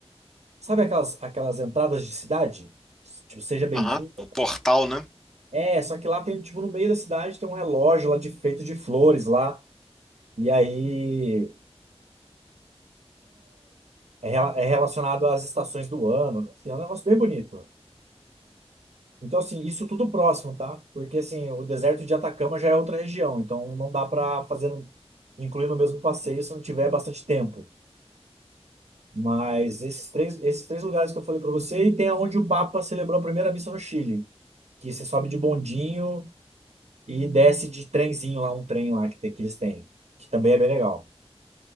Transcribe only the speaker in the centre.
Aham, O portal, né?